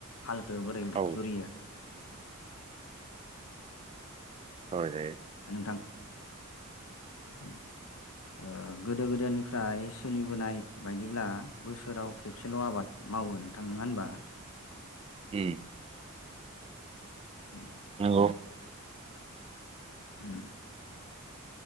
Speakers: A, on the left; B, on the right.
A: हालखौो बोरै
B: औ
A: जुरियो
B: सावराय जायो
A: नोंथां उम ओ गोदो गोदायनिफ्राय सोलिबोनाय बायदिब्ला बोसोराव खेबसेल' आबाद मावो नोंथां नङा होनबा।
B: हम
A: <unintelligible> <inaudible>
B: नंगौ
A: उम